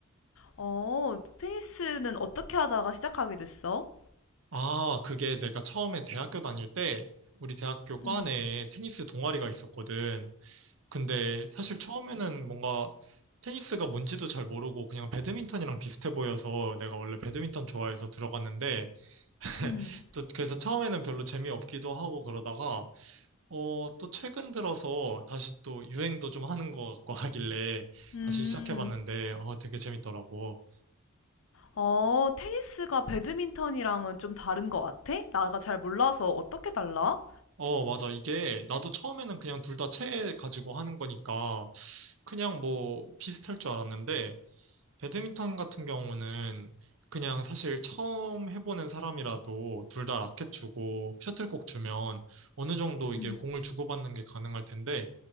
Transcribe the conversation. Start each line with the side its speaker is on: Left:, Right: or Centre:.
Left: 어, 테니스는 어떻게 하다가 시작하게 됐어?
Right: 아, 그게 내가 처음에 대학교 다닐 때 우리 대학교 과
Left: 응,
Right: 내에 테니스 동아리가 있었거든. 근데 사실 처음에는 뭔가 테니스가 뭔지도 잘 모르고 그냥 배드민턴이랑 비슷해 보여서 내가 원래 배드민턴 좋아해서 들어갔는데 <laughs>
Left: 응,
Right: 또 그래서 처음에는 별로 재미없기도 하고 그러다가 어, 또 최근 들어서 다시 또 유행도 좀 하는 것 같고 하길래
Left: 음.
Right: 다시 시작해봤는데 어, 되게 재밌더라고.
Left: 어, 테니스가 배드민턴이랑은 좀 다른 것 같아? 나가 잘 몰라서 어떻게 달라?
Right: 어, 맞아. 이게 나도 처음에는 그냥 둘 다 채 가지고 하는 거니까 그냥 뭐 비슷할 줄 알았는데 배드민턴 같은 경우는 그냥 사실 처음 해보는 사람이라도 둘 다 라켓 주고 셔틀콕 주면 어느 정도 이게
Left: 음.
Right: 공을 주고받는 게 가능할 텐데